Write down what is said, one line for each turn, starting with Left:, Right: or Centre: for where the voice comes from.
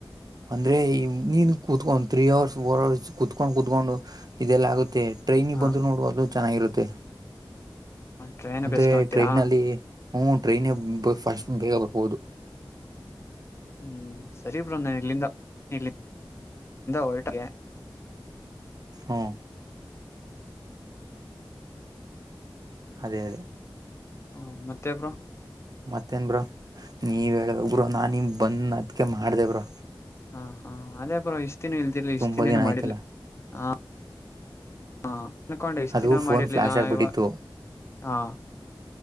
Right: ಅಂದ್ರೆ ನೀನ್ ಕುೂತ್ಕೊಂಡ್ ತ್ರ್ರೀ ಅವರ್ಸ್ ಫೋರ್ ಅವರ್ಸ್ ಕುೂತ್ಕೊಂಡ್ ಕುೂತ್ಕೊಂಡು ಇದೆಲ್ಲ ಆಗುತ್ತೆ ಟ್ರೈನಿಗೆ
Left: ಹಾ
Right: ಬಂದು ನೋಡುವದ ಚೆನ್ನಾಗಿರುತ್ತೆ
Left: ಟ್ರೈನ್
Right: ಅಂದ್ರೆ
Left: ಬೆಸ್ಟ್ ಅಂತೀರಾ
Right: ಟ್ರೈನ್ ಅಲ್ಲಿ ಹ್ಮ ಟ್ರೈನ್ ಫಸ್ಟ್ ಬೇಲ್ಬೋದು
Left: ಹ್ಮ್ ಸರಿ ಬ್ರೊ ನನ್ ಇಲ್ಲಿಂದಲ್ಲಿಂದ ಹೊಟೆಗೆ
Right: ಹ್ಮ ಅದೇ ಅದೇ
Left: ಹಾ ಮತ್ತೆಬ್ರು
Right: ಮತ್ತೇನ್ಬ್ರ ನೀವ ಹೇಳಳ್ಬೇಕ ಬ್ರ ನಾ ನಿಮ್ ಬಂದ ಅದ್ಕ ಮಾಡ್ದೇಬ್ರ
Left: ಹಾ ಹಾ ಅದೇ ಪರ ಇಷ್ಟ್ತಿನ ಇಲ್ದಿಿಲ್ಲಲಿ
Right: ತುಂಬಾ
Left: ಇಷ್ಟ್ತಿನೇನು
Right: ದಿನ ಆಯ್ತಲ್ಲ
Left: ಮಾಡಿಿಲ್ಲಲಿ ಹ ಹಾ ಅನ್ಕೊಂಡ್ರೆ ಎಷ್ಟು
Right: ಅದು
Left: ದಿನ ಮಾಡಿರ್ಲಿಲ್ಲ
Right: ಫೋನ್ ಫ್ಲಾಶ್ ಆಗ್ಬಿಟ್ಟಿತ್ತು
Left: ಇವ ಹಾ